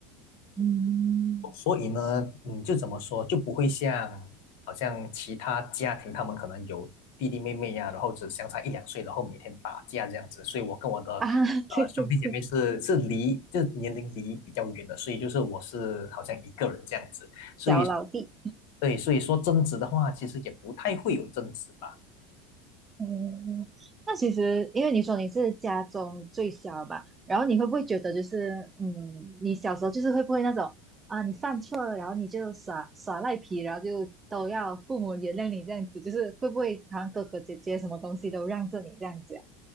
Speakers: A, on the right; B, on the left.
A: 嗯，
B: 所以呢，嗯，就怎么说，就不会像好像其他家庭，他们可能有弟弟妹妹呀、然后只相差一两岁，然后每天打架这样子。所以我跟我的呃兄弟姐妹是是离，
A: 啊，<laughs> 对对对，
B: 就年龄离比较远的，所以就是我是好像一个人这样子。所以，
A: 小老弟。
B: 对，所以说争执的话，其实也不太会有争执吧。
A: 嗯，嗯那其实因为你说你是家中最小吧，然后你会不会觉得就是，嗯，你小时候就是会不会那种啊，你犯错了，然后你就耍耍赖皮，然后就都要父母原谅你这样子，就是会不会好像哥哥姐姐什么东西都让着你这样子呀？